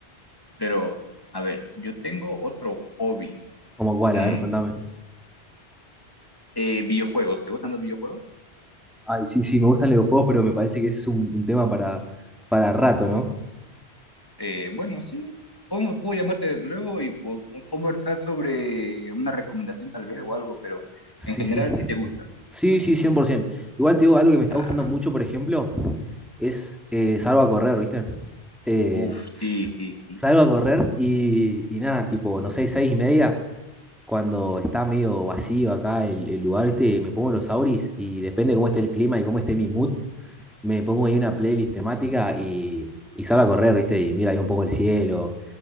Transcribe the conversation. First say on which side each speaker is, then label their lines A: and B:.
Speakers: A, on the left; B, in the centre.
A: Pero, a ver, yo tengo otro hobby.
B: Como cuál,
A: Mm,
B: a ver, contame.
A: eh, videojuegos. ¿Te gustan los videojuegos?
B: Ay, sí, sí, me gustan los videojuegos, pero me parece que ese es un, un tema para, para rato, ¿no?
A: Eh, bueno, sí. Puedo, puedo llamarte luego y po- po- conversar sobre una recomendación tal vez o algo, pero
B: Sí,
A: en general
B: sí.
A: sí te gustan.
B: Sí, sí, 100%. Igual te digo, algo que me
A: Da.
B: está gustando mucho, por ejemplo, es eh, salgo a correr, ¿viste? Eh,
A: Uf, sí, sí, sí.
B: salgo a correr y, y nada, tipo, no sé, seis y media, cuando está medio vacío acá el, el lugar, ¿viste? Me pongo los auris y depende de cómo esté el clima y cómo esté mi mood, me pongo ahí una playlist temática y, y salgo a correr, ¿viste? Y mira ahí un poco el cielo,